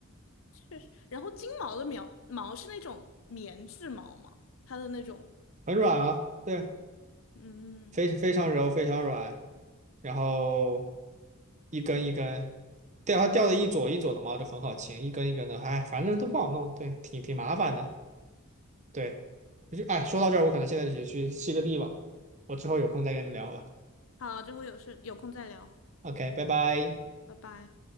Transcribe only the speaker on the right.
很软啊，对，
非非常柔，非常软，然后一根一根，对，它掉的一撮一撮的毛就很好清，一根一根的，哎，反正都不好弄，对，挺挺麻烦的。对。就哎，说到这儿，我可能现在就去去吸个地吧，我之后有空再跟你聊吧。
OK，拜拜。